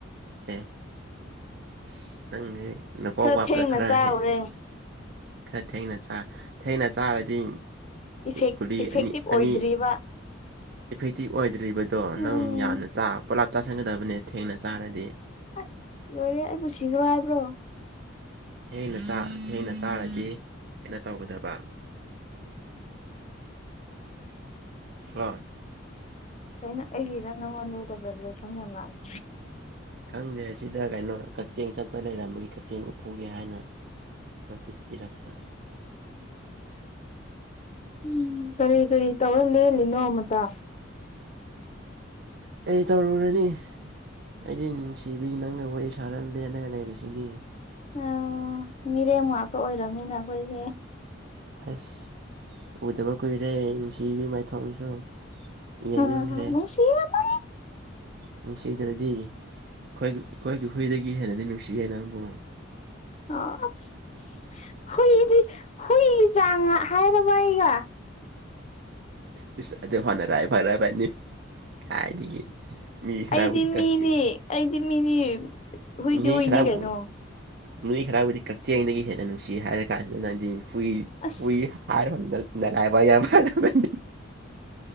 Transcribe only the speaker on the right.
ꯑꯦ ꯑꯁ ꯅꯪꯁꯦ ꯅꯀꯥꯎ
ꯋꯥꯕꯗ
ꯈꯔꯍꯦ
ꯈꯔ ꯊꯦꯡꯅ ꯆꯥ ꯊꯦꯡꯅ ꯆꯥꯔꯗꯤ
ꯒꯨꯂꯤ
ꯑꯅꯤ
ꯑꯅꯤ ꯏꯐꯦꯛꯇꯤꯞ ꯑꯣꯏꯗ꯭ꯔꯤꯕꯗꯣ
ꯅꯪ ꯌꯥꯝꯅ ꯄꯨꯣꯂꯥꯞ ꯆꯥꯥꯁꯟꯒꯗꯕꯅꯦ ꯊꯦꯡꯅ ꯆꯥꯔꯗꯤ
ꯊꯦꯡꯅ ꯆꯥ ꯊꯦꯡꯅ ꯆꯥꯔꯗꯤ ꯀꯩꯅꯣ ꯇꯧꯒꯗꯕ ꯕꯥ
ꯈꯪꯗꯦ ꯁꯤꯗ ꯀꯩꯅꯣ ꯀꯛꯆꯦꯡ ꯆꯠꯄ ꯂꯩꯔꯝꯕꯒꯤ ꯀꯛꯆꯦꯡ ꯐꯨꯒꯦ ꯍꯥꯏꯅ ꯅꯣꯇꯤꯁ ꯄꯤꯔꯛꯄ
ꯀꯔꯤ ꯇꯧꯔꯨꯔꯅꯤ ꯑꯩꯗꯤ ꯅꯨꯡꯁꯤꯕꯤ ꯅꯪꯒ ꯋꯥꯔꯤ ꯁꯥꯥꯟꯅꯝꯗꯦꯅꯒ ꯂꯩꯔꯤꯁꯤꯗꯤ
ꯑꯁ ꯎꯗꯕ ꯀꯨꯏꯔꯦ ꯅꯨꯡꯁꯤꯕꯤ ꯃꯥꯏꯊꯣꯡꯝꯁꯨ ꯌꯦꯡꯅꯤꯡꯗ꯭ꯔꯦ
ꯅꯨꯡꯁꯤꯗ꯭ꯔꯗꯤ ꯑꯈꯣꯏꯒꯤ ꯑꯈꯣꯏꯒꯤ ꯍꯨꯏꯗꯒꯤ ꯍꯦꯟꯅꯗꯤ ꯅꯨꯡꯁꯤꯌꯦ ꯅꯪꯕꯨ
ꯏꯁ ꯑꯗꯨ ꯐꯅꯔꯥꯏ ꯐꯔꯕꯅꯤ ꯀꯥꯏꯗꯒꯤ ꯃꯤ ꯈꯔꯕꯨꯗꯤ
ꯀꯛꯆꯦꯡ
ꯃꯤ
ꯈꯔꯕꯨ
ꯃꯤ ꯈꯔꯕꯨꯗꯤ ꯀꯛꯆꯦꯡꯗꯒꯤ ꯍꯦꯟꯅ ꯅꯨꯡꯁꯤꯌꯦ ꯍꯥꯏꯔ ꯀꯥꯟꯁꯤꯗ ꯅꯪꯗꯤ ꯍꯨꯏ
ꯍꯨꯏ ꯍꯥꯏꯔꯃꯟꯗ ꯅꯂꯥꯏ ꯋꯥꯔꯤ ꯌꯥꯝ ꯃꯥꯜꯂꯝꯃꯅꯤ